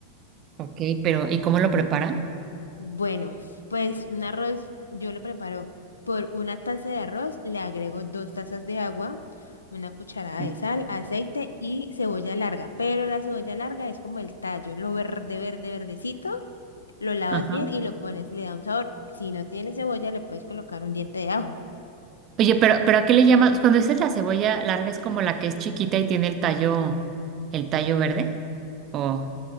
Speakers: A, on the right; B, on the left.
A: ok, pero ¿y cómo lo preparan?
B: Bueno, pues un arroz yo lo preparo por una taza de arroz, le agrego dos tazas de agua, una cucharada
A: Mm.
B: de sal, aceite y cebolla larga. Pero la cebolla larga es como el tallo, lo verde, verde, verdecito. Lo lavas
A: Ajá.
B: bien y lo pones, le da un sabor. Si no tiene cebolla, le puedes colocar un diente de ajo.
A: Oye, pero, pero ¿a qué le llamas? Cuando dices la cebolla larga es como la que es chiquita y tiene el tallo, el tallo verde. O